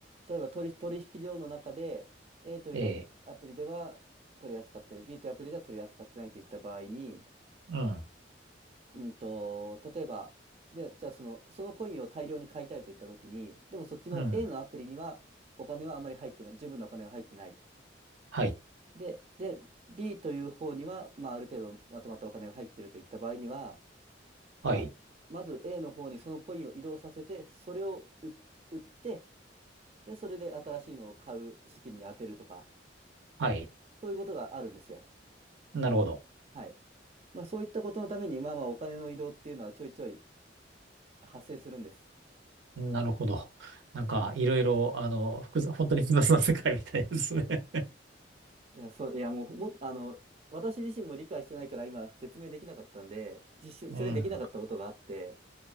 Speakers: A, on the right; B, on the right.
A: 例えば取引、取引所の中で A というア、
B: ええ。
A: アプリでは取り扱ってる B というアプリでは取り扱ってないといった場合に、
B: うん。
A: うんと、例えばでじゃあその、そのコインを大量に買いたいといったときにでもそっちの
B: うん。
A: A のアプリにはお金はあまり入ってない十分なお金が入ってない
B: はい。
A: で、で B という方には、まあ、ある程度まとまったお金が入ってるといった場合には、
B: はい。
A: まあ、まず A の方にそのコインを移動させてそれを売売ってでそれで新しいのを買う資金に充てるとか。
B: はい。
A: そういうことがあるんですよ。
B: なるほど。
A: はい。まあ、そういったことのために、まあまあ、お金の移動っていうのはちょいちょい発生するんです。
B: なるほど。なんか、いろいろ、あの、複雑、本当に複雑な世界みたいですね。
A: いや、そう、いや、もう、も、あの、私自身も理解してないから今説明できなかったんで、実説明できなかったことがあって、
B: うん。